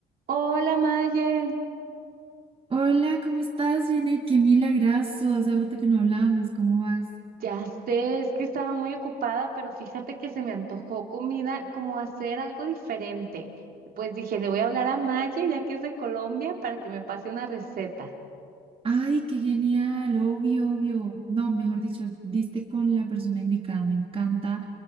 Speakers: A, on the right; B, on the right.
A: Hola Maye,
B: Hola, ¿cómo estás? Bien, y qué milagrazo. Hace rato que no hablábamos. ¿Cómo vas?
A: ya sé, es que estaba muy ocupada, pero fíjate que se me antojó comida, como hacer algo diferente. Pues dije, le voy a hablar a Maye, ya que es de Colombia, para que me pase una receta.
B: Ay, qué genial, obvio, obvio. No, mejor dicho, diste con la persona indicada. Me encanta